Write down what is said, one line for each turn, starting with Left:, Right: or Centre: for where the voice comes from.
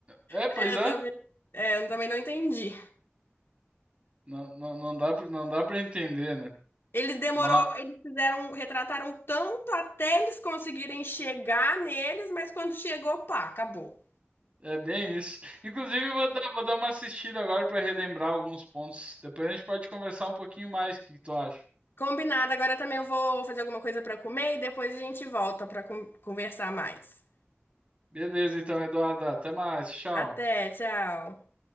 Right: É, pois
Left: É, eu
Right: é.
Left: também, é, eu também não entendi.
Right: Não, não, não dá pra, não dá pra entender, né?
Left: Eles demorou,
Right: Mas
Left: eles fizeram, retrataram tanto até eles conseguirem chegar neles, mas quando chegou, pá, acabou.
Right: é bem isso. Inclusive, eu vou dar, vou dar uma assistida agora pra relembrar alguns pontos. Depois a gente pode conversar um pouquinho mais. O que que tu acha?
Left: Combinado, agora também eu vou fazer alguma coisa para comer e depois a gente volta para conversar mais.
Right: Beleza, então, Eduardo. Até mais. Tchau.
Left: Até, tchau.